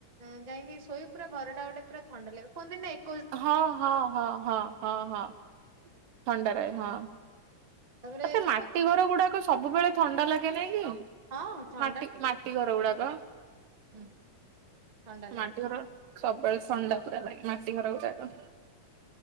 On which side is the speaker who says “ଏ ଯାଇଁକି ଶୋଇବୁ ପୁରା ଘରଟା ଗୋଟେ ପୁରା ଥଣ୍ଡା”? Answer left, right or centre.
Right